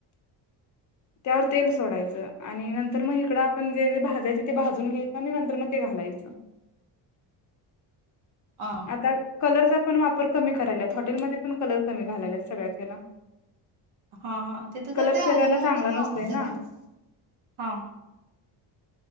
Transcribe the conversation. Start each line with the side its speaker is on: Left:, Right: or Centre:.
Left: त्यावर तेल सोडायच आणि नंतर मग इकड आपण जेे भाजायच ते भाजून घ्यायचं आणि नंतर मग ते घालायच
Right: आ
Left: आता कलरचा पण वापर कमी कर करायल्यात हॉटेलमध्ये पन कलर कमी घालायल्यात सगळ्याच ह्याला.
Right: हा, हा, तिथं
Left: कलर
Right: तर ते
Left: शरीराला
Right: अजिनो
Left: चांगला
Right: मोटो न ते
Left: नसतोय
Right: वापरतात
Left: ना
Right: नै! हा.